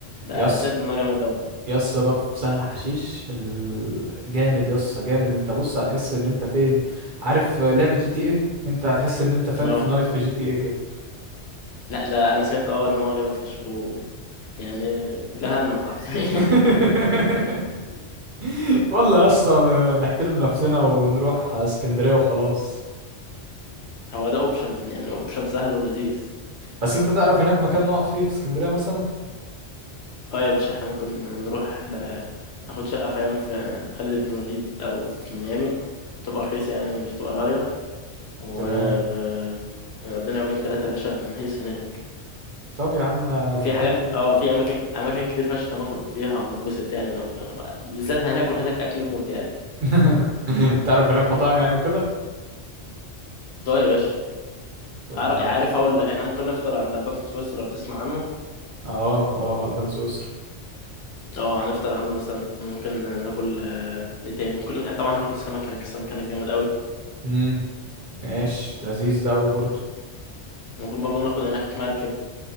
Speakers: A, on the left; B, on the right.
A: ده
B: يس
A: انا سمعت ان هو جامد قوي
B: يس ده في سهل حشيش ال- جامد يس جامد انت بص هتحس ان انت فين عارف لعبة جي تي ايه انت هتحس ان انت فاهم
A: اه
B: في نايت في جي تي ايه كده
A: لا ده انا سمعت اه ان هو جامد فشخ و... يعني جهنم حرفيا
B: <laughs> والله يا اسطى ن- نحترم نفسنا ونروح اسكندرية وخلاص
A: <laughs> هو ده اوبشن يعني اوبشن سهل ولذيذ
B: بس انت تعرف هناك مكان نقعد فيه في اسكندرية مثلا
A: اه يا باشا احنا ممكن نروح آه، ناخد شقة فاهم في خالد بن الوليد أو في ميامي هتبقى رخيصة يعني مش هتبقى غالية و
B: تمام
A: آه، نقعد لنا يومين تلاتة يا باشا نهيس هناك
B: طب يا عم
A: وفي
B: طب حلو
A: حاجة
B: ده
A: اه في أماكن أماكن كتير فشخ هنخرج فيها ونتبسط يعني بالذات هناكل هناك أكل موت يعني
B: <laughs> تعرف هناك مطاعم يعني وكده
A: اه يا باشا
B: طب
A: عار- عارف أقول لك احنا ممكن نفطر عند ألبان سويسرا لو تسمع عنه
B: اه اه الفانسو اسر
A: اه هنفطر عنده مثلا ممكن ناكل آه، ايه تاني ممكن طبعا هناكل سمك هناك السمك هناك جامد قوي
B: امم ماشي لذيذ ده قوي برضه
A: ممكن برضه ناخد هناك مركب